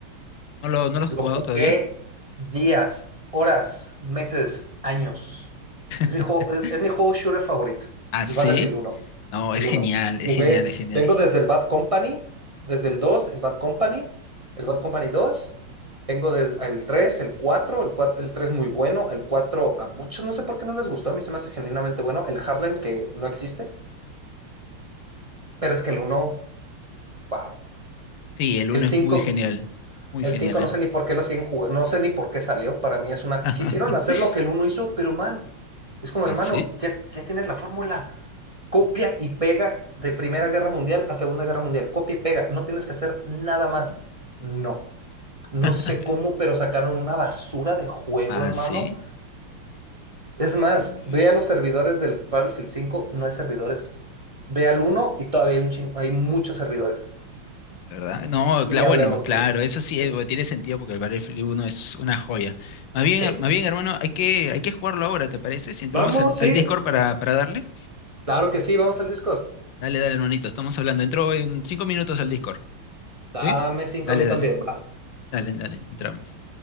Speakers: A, on the left (about 70°); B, on the right (about 65°).
A: ¿No lo, no lo has
B: Lo
A: jugado
B: jugué
A: todavía?
B: días, horas, meses, años.
A: <laughs>
B: Es mi juego, es, es mi juego shooter favorito,
A: ¿Ah,
B: el
A: sí?
B: Battlefield uno
A: No,
B: El
A: es genial,
B: uno
A: es
B: Jugué,
A: genial, es genial.
B: vengo desde el Bad Company, desde el dos el Bad Company, el Bad Company dos Vengo desde el tres el cuatro el cuatro el 3 muy bueno, el 4 a muchos no sé por qué no les gustó, a mí se me hace genuinamente bueno, el Hardline que no existe, pero es que el uno wow.
A: Sí, el
B: El
A: uno
B: cinco
A: es muy genial. Muy
B: El
A: genial
B: 5 no
A: él.
B: sé ni por qué lo siguen jugando, no sé ni por qué salió. Para mí es una...
A: <laughs>
B: Quisieron hacer lo que el uno hizo, pero mal es como
A: ¿Ah,
B: hermano,
A: sí?
B: ya, ya tienes la fórmula. Copia y pega de Primera Guerra Mundial a Segunda Guerra Mundial. Copia y pega, no tienes que hacer nada más. No, no
A: <laughs>
B: sé cómo, pero sacaron una basura de juego,
A: Ah,
B: hermano.
A: sí.
B: Es más,
A: Ujú,
B: ve a los servidores del Battlefield cinco no hay servidores. Ve al uno y todavía hay, un chin- hay muchos servidores.
A: ¿Verdad? No,
B: Y
A: cla-
B: ni hablemos
A: bueno, claro,
B: del...
A: eso sí
B: Eh,
A: eh, tiene sentido porque el Battlefield uno es una joya. Más bien,
B: Sí.
A: más bien, hermano, hay que, hay que jugarlo ahora, ¿te parece? Si entramos
B: Vamos,
A: al,
B: sí,
A: al Discord para, para darle.
B: Claro que sí, vamos al Discord.
A: Dale, dale, hermanito, estamos hablando. Entro en cinco minutos al Discord,
B: Dame
A: ¿sí?
B: cinco
A: Dale,
B: a mí
A: dale,
B: también, va.
A: dale, dale, entramos.